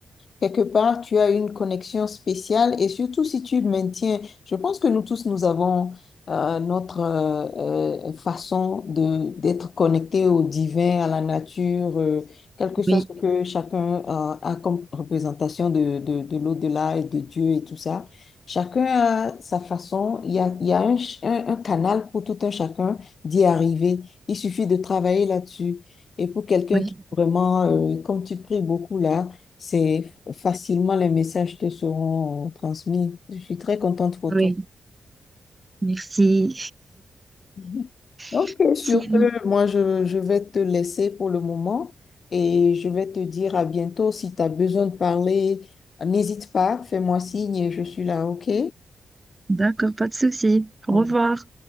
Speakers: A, on the left; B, on the right.
A: quelque part, tu as une connexion spéciale et surtout si tu maintiens, je pense que nous tous, nous avons euh, notre euh, euh, façon de d'être connectés au divin, à la nature, euh, quel que soit
B: Oui,
A: ce que chacun euh, a comme représentation de, de, de l'au-delà et de Dieu et tout ça. Chacun a sa façon, il y a, il y a un, ch- un un canal pour tout un chacun d'y arriver. Il suffit de travailler là-dessus. Et pour quelqu'un
B: oui,
A: qui vraiment, euh, comme tu pries beaucoup là, c'est facilement les messages te seront euh, transmis. Je suis très contente pour
B: oui,
A: toi.
B: merci.
A: Mhm. Ok,
B: <laughs>
A: sur
B: Si,
A: ce, moi je, je vais te laisser pour le moment et je vais te dire à bientôt. Si tu as besoin de parler, n'hésite pas, fais-moi signe et je suis là, ok?
B: d'accord, pas de souci. Au
A: Au
B: revoir.